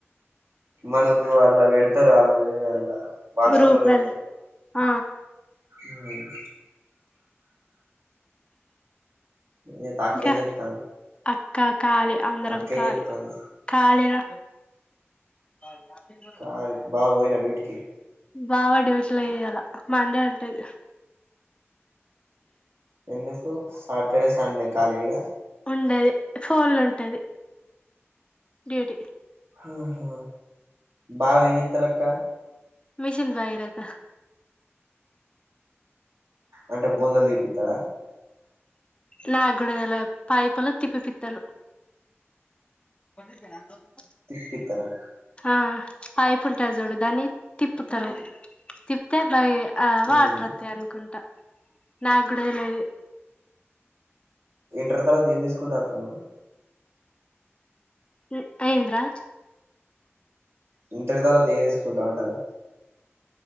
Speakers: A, on the right; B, on the left.
A: మనకు అల్లా పెడతారు అల అలా వాట్సాప్
B: గ్రూప్లల్ల
A: లో పెడతారు
B: ఆ
A: ఉమ్ నీతో అక్క
B: ఇంకా
A: ఏం చెప్తాంది
B: అక్క కాళీ అందరం
A: అక్క ఏం
B: కాళీ
A: చెప్తాంది
B: కాళీ రా కాదు మా అక్కకి
A: కాళీ బావ పోయినాడా డ్యూటీ కి
B: బావ డ్యూటీ లేదు ఇయ్యాల మండే ఉంటది.
A: ఎందుకు సాటర్డే సండే ఖాళీగా
B: ఉండదు ఫోన్లో ఉంటది డ్యూటీ
A: ఆ హు బావ ఏం చేస్తాడు అక్క
B: మిషన్ భగీరథ
A: అంటే బుందలు తీపిత్తాడ
B: నాగుడా తెల్వద్ పైపులు తిప్పిపిత్తరు ప
A: తిప్పిపిత్తరా
B: ఆ పైపు ఉంటాది చూడు దాన్ని తిప్పుతారు తిప్పతే బయి ఆ వాటర్
A: ఉమ్.
B: వతాయనుకుంటా నాకు కూడా తెల్వది
A: ఇంటర్ తర్వాత ఏం తీసుకుంటావక్క నువ్వు
B: ఉ ఏందిరా
A: ఇంటర్ తర్వాత ఏం తీసుకుంటావు అంటాన